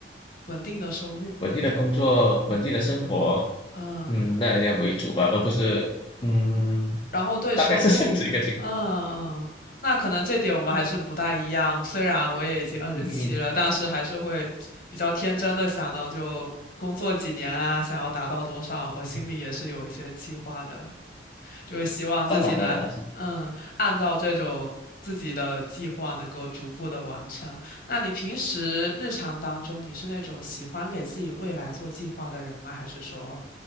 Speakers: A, on the left; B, on the left.
A: 稳定的收入，
B: 稳定的工作，稳定的生活，
A: 嗯。
B: 嗯，那样为主吧，而不是嗯，
A: 然后对收入，
B: 大概是这样子一个情况。
A: 嗯嗯，那可能这点我们还是不大一样。虽然我也已经二十七了，
B: 嗯，
A: 但是还是会比较天真的想到，就工作几年啊，想要达到多少，我心里也是有一些计划的，就是希望自己能，
B: 当然了，当然，
A: 嗯，按照这种自己的计划能够逐步的完成。那你平时日常当中，你是那种喜欢给自己未来做计划的人吗？还是说？